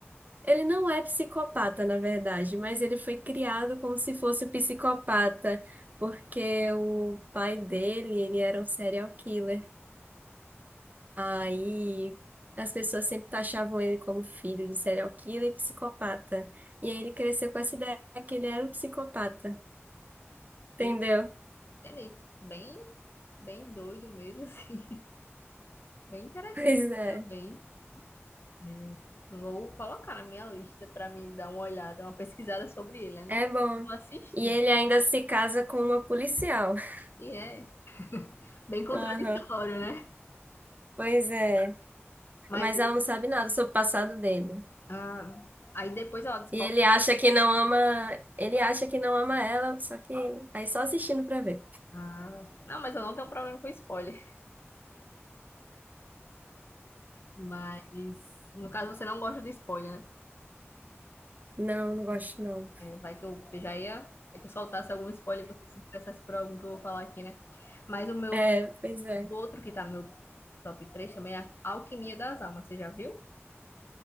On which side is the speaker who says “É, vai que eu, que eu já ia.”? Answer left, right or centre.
Left